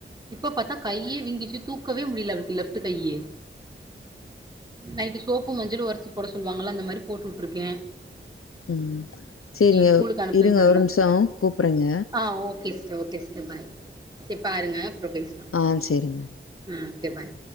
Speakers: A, on the right; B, on the left.
A: இப்ப பாத்தா கையே வீங்கிருச்சி தூக்கவே முடில அவளுக்கு லெஃப்ட்டு கையி நைட்டு சோப்பும் மஞ்சளும் ஒரசி போட சொல்லுவாங்கள அந்த மாரி போட்டு வுட்ருக்கே
B: ம் செரிங்க
A: ஸ்கூலுக்கு அனுப்புன்னு
B: இருங்க
A: தெர்ல
B: ஒரு நிம்ஷோ கூப்றங்க
A: ஆ okay sister okay sister bye செ பாருங்க அப்றோ பேஸ்லா
B: ஆ செரிங்க
A: ம் ஓகே பாய்